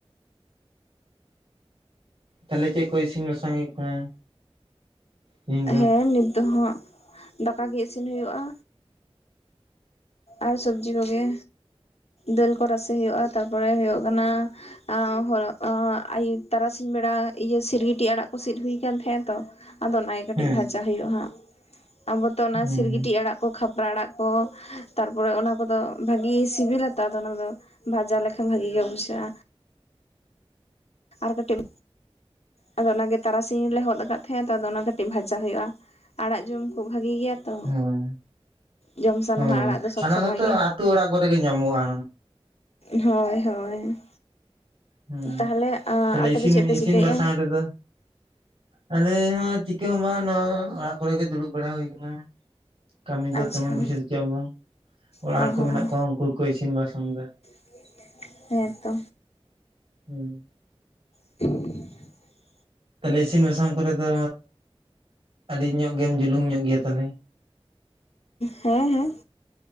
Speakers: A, on the right; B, on the left.
A: ᱛᱟᱦᱚᱞᱮ ᱪᱮᱫ ᱠᱚ ᱤᱥᱤᱱ ᱵᱟᱥᱟᱝ ᱦᱩᱭᱩᱜ ᱠᱟᱱᱟ ᱛᱤᱦᱤᱧ ᱫᱚ
B: ᱦᱮᱸ ᱱᱤᱛ ᱫᱚᱦᱟᱸᱜ ᱫᱟᱠᱟ ᱜᱮ ᱤᱥᱤᱱ ᱦᱩᱭᱩᱜᱼᱟ ᱟᱨ ᱥᱚᱵᱽᱡᱤ ᱠᱚᱜᱮ ᱫᱟᱹᱞ ᱠᱚ ᱨᱟᱥᱮ ᱦᱩᱭᱩᱜᱼᱟ ᱛᱟᱨᱯᱚᱨᱮ ᱦᱩᱭᱩᱜ ᱠᱟᱱᱟ ᱦᱚᱨᱚᱜ ᱛᱟᱨᱟᱥᱤᱧ ᱵᱮᱲᱟ ᱤᱭᱟᱹ ᱥᱤᱨᱜᱤᱴᱤᱡ ᱟᱲᱟᱜ ᱠᱚ ᱥᱤᱫ ᱦᱩᱭ ᱟᱠᱟᱱ ᱛᱟᱦᱮᱸᱱᱟ ᱛᱚ ᱟᱫᱚ ᱚᱱᱟᱜᱮ ᱠᱟᱹᱴᱤᱡ
A: ᱦᱮᱸ
B: ᱵᱷᱟᱡᱟ ᱦᱩᱭᱩᱜᱼᱟ ᱦᱟᱸᱜ ᱟᱵᱚ ᱛᱚ ᱚᱱᱟ
A: ᱦᱮᱸ
B: ᱥᱤᱨᱜᱤᱴᱤ ᱟᱲᱟᱜ ᱠᱚ ᱠᱷᱟᱯᱨᱟ ᱟᱲᱟᱜ ᱠᱚ ᱛᱟᱨᱯᱚᱨᱮ ᱚᱱᱟ ᱠᱚᱫᱚ ᱵᱷᱟᱜᱮ ᱥᱤᱵᱤᱞᱟ ᱛᱚ ᱟᱫᱚ ᱚᱱᱟᱫᱚ ᱵᱷᱟᱡᱟ ᱞᱮᱠᱷᱟᱱ ᱵᱷᱟᱜᱤ ᱜᱮ ᱵᱩᱡᱷᱟᱹᱜᱼᱟ ᱟᱨ ᱠᱟᱹᱴᱤᱡ ᱟᱫᱚ ᱚᱱᱟᱜᱮ ᱛᱟᱨᱟᱥᱤᱧ ᱞᱮ ᱦᱚᱫ ᱟᱠᱟᱫᱟ ᱦᱮᱸ ᱛᱚ ᱚᱱᱟ ᱠᱟᱹᱴᱤᱡ ᱵᱷᱟᱡᱟ ᱦᱩᱭᱩᱜᱼᱟ ᱟᱲᱟᱜ ᱡᱚᱢ ᱠᱚ ᱵᱷᱟᱜᱤ ᱜᱮᱭᱟ ᱛᱚ
A: ᱦᱳᱭ
B: ᱡᱚᱢ ᱥᱟᱱᱟᱣᱟ
A: ᱦᱳᱭ
B: ᱟᱲᱟᱜ ᱫᱚ ᱥᱚᱵᱽ
A: ᱚᱱᱟ
B: ᱥᱚᱢᱚᱭ
A: ᱠᱚᱛᱚ ᱟᱹᱛᱩ
B: ᱜᱮ
A: ᱚᱲᱟᱜ ᱠᱚᱨᱮ ᱜᱮ ᱧᱟᱢᱚᱜᱼᱟ
B: ᱦᱳᱭ ᱦᱳᱭ
A: ᱦᱮᱸ
B: ᱛᱟᱦᱚᱞᱮ
A: ᱛᱟᱦᱞᱮ
B: ᱟᱯᱮ
A: ᱤᱥᱤᱱ
B: ᱫᱚ ᱪᱮᱫ ᱯᱮ
A: ᱤᱥᱤᱱ
B: ᱪᱤᱠᱟᱹᱭᱮᱫᱼᱟ
A: ᱵᱟᱥᱟᱝ ᱨᱮ ᱫᱚ ᱟᱞᱮ ᱦᱚᱸ ᱪᱤᱠᱟᱹ ᱦᱚᱸ ᱵᱟᱝ ᱱᱚᱣᱟ ᱚᱲᱟᱜ ᱠᱚᱨᱮ ᱜᱮ ᱫᱩᱲᱩᱵ ᱵᱟᱲᱟ ᱦᱩᱭ ᱟᱠᱟᱱᱟ ᱠᱟᱹᱢᱤ ᱫᱚ
B: ᱟᱪᱪᱷᱟ
A: ᱛᱮᱢᱚᱱ ᱠᱤᱪᱷᱩ ᱫᱚ ᱪᱮᱫ ᱦᱚᱸ ᱵᱟᱝ ᱚᱲᱟᱜ
B: ᱚ
A: ᱦᱚᱲ
B: ᱦᱚᱸ
A: ᱠᱚ ᱢᱮᱱᱟᱜ ᱠᱚᱣᱟ ᱩᱱᱠᱩ ᱜᱮ ᱠᱚ ᱤᱥᱤᱱ ᱵᱟᱥᱟᱝ ᱮᱫᱟ
B: <unintelligible> ᱦᱮᱸᱛᱚ
A: ᱦᱮᱸ
B: <unintelligible>
A: ᱛᱟᱦᱞᱮ ᱤᱥᱤᱱ ᱵᱟᱥᱟᱝ ᱠᱚᱨᱮ ᱫᱚ ᱟᱹᱰᱤ ᱧᱚᱜ ᱜᱮᱢ ᱡᱩᱞᱩᱢ ᱧᱚᱜ ᱜᱮᱭᱟ ᱛᱟᱦᱞᱮ
B: ᱦᱮᱸ ᱦᱮᱸ